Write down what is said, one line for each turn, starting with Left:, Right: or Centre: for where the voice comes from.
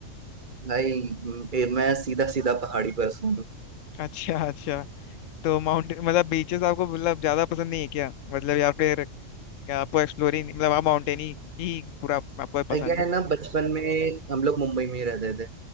Right: भाई म- ए- मैं सीधा सीधा पहाड़ी पर्सन हूँ
Left: <laughs> अच्छा अच्छा तो माउंटेन मतलब बीचेस आपको मतलब ज्यादा पसंद नहीं है क्या मतलब या फिर क्या आपको एक्सप्लोरिंग मतलब आप माउंटेन ही ही पूरा आपको पसंद
Right: अगेन
Left: है
Right: ना बचपन में हम लोग मुंबई में ही रहते थे